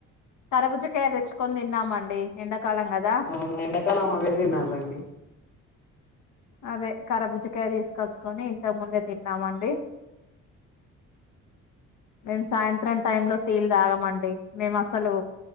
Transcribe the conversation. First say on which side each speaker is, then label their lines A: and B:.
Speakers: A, on the left; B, on the left.
A: తరబుజ్జకాయ తెచ్చుకొని తిన్నామండి ఎండాకాలం కదా
B: అవు ఎండాకాలం అవే తిినాలండి
A: అదే కరబుజకాయ తీసుకొచ్చుకొని ఇంతకుముందే తిన్నామండి మేము సాయంత్రం టైంలో టీలు తాగమండి మేము అసలు